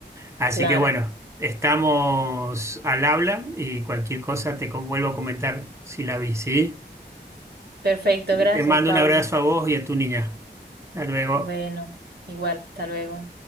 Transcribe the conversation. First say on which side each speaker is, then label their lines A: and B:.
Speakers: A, on the right; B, on the right.
A: Así
B: Claro,
A: que bueno, estamos al habla y cualquier cosa te con- vuelvo a comentar si la vi, ¿sí?
B: perfecto, gracias,
A: Te mando
B: Pablo.
A: un abrazo a vos y a tu niña. Hasta luego.
B: Bueno, igual, hasta luego.